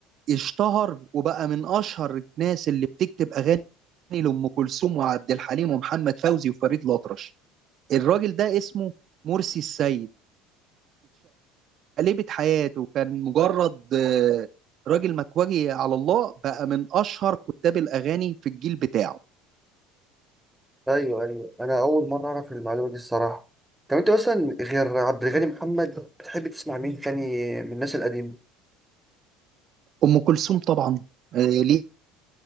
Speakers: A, on the right (about 50°); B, in the centre.
A: اشتهر وبقى من اشهر الناس اللي بتكتب اغاني لام كلثوم وعبد الحليم ومحمد فوزي وفريد الأطرش الراجل ده اسمه مرسي السيد اتشقلبت حياته كان مجرد آه، راجل مكواجي على الله بقى من اشهر كتاب الاغاني في الجيل بتاعه
B: ايوه ايوه انا اول مره اعرف المعلومه دي الصراحه طب انت مثلا غير عبد الغني محمد بتحب تسمع مين تاني من الناس القديمه
A: ام كلثوم طبعا آه، ليها